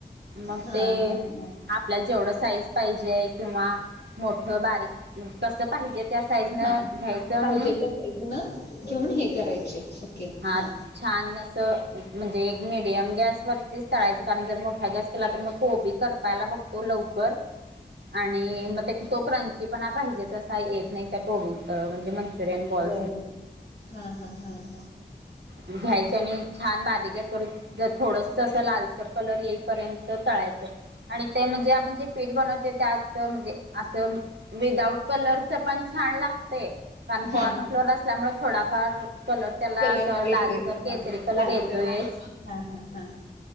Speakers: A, on the right; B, on the left.
A: मग
B: हां
A: ते
B: हां हां
A: आपल्याला जेवढं साईज पाहिजे किंवा मोठं बारीक कसं पाहिजे त्या साईजनं
B: हा
A: घ्यायचं आणि
B: पाहिजे त्या साईज न घेऊन हे करायचे. ओके
A: हा
B: हां
A: छान अस म्हणजे एक मिडियम गॅ सवरतीच तळायचं कारण जर मोठा गॅस केला तर मग कोबी करपायला बघतो लवकर, आणि मग तो क्रंची पण पाहिजे तसा येत नाही त्या को म्हणजे मंचुरियन बॉल्
B: बर हा हा हा हा
A: घ्यायच आणि छान बारीक गॅसवर थोडंसं असं लालसर कलर येईपर्यंत तळायचं. आणि ते म्हणजे आपण जे पीठ बनवतो त्यात म्हणजे असं विदाउट कलरच पण छान लागतंय. कारण कॉर्न
B: हां
A: फ्लोर असल्यामुळे थोडाफार कलर त्याला
B: कलर
A: असं
B: येतोय
A: लालसर
B: हा
A: केसरी कलर
B: लालसर
A: येतोयच
B: हा हा हा